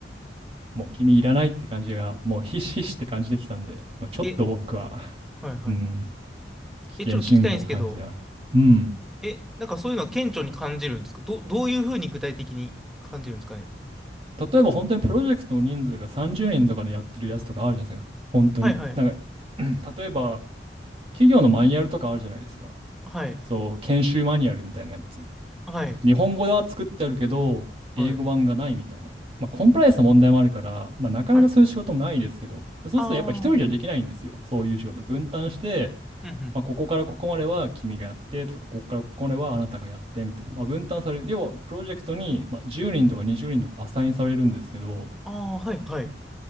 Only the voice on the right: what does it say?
もう君いらないって感じが、もうひしひしって感じできたんで、まあ、ちょっと僕は、
うん、危険信号を感じてます。
うん。
例えば本当にプロジェクトの人数が30人とかでやってるやつとかあるじゃないですか。本当に。
なんか、うん例えば、企業のマニュアルとかあるじゃないですか。
そう、研修マニュアルみたいなやつ。
日本語では作ってあるけど、
英語版がないみたいな。まあ、コンプライアンスの問題もあるから、まあ、なかなかそういう仕事もないですけど、
そうするとやっぱ一人じゃできないんですよ。
そういう仕事。分担して、
まあ、ここからここまでは君がやってとか、ここからここまではあなたがやってみたいな、まあ、分担される。要は、プロジェクトに、まあ、10人とか20人とかアサインされるんですけど、